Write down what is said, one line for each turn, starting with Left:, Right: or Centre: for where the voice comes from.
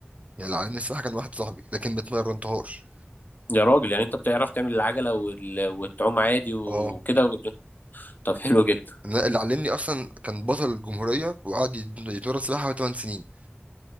Right: يعني اللي علمني السباحه كان واحد صاحبي لكن ما اتمرنتهاش
Left: يا راجل يعني انت بتعرف تعمل العجله وال- وتعوم عادي وكده
Right: اه
Left: و... طب حلو جدا
Right: أنا اللي علمني اصلا كان بطل الجمهوريه وقعد يت- يتمرن سباحه 8 سنين